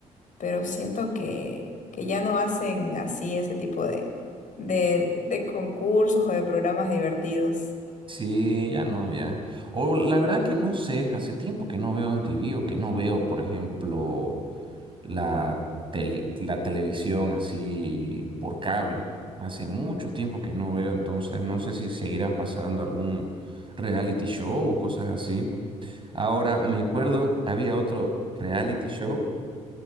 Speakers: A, on the left; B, on the right.
A: pero siento que, que ya no hacen así ese tipo de, de, de concursos o de programas divertidos.
B: Sí, ya no, ya. O la verdad que no sé, hace tiempo que no veo en MTV o que no veo, por ejemplo, la, tel- la televisión así por cable. Hace mucho tiempo que no veo, entonces no sé si seguirán pasando algún reality show o cosas así. Ahora, me acuerdo, había otro reality show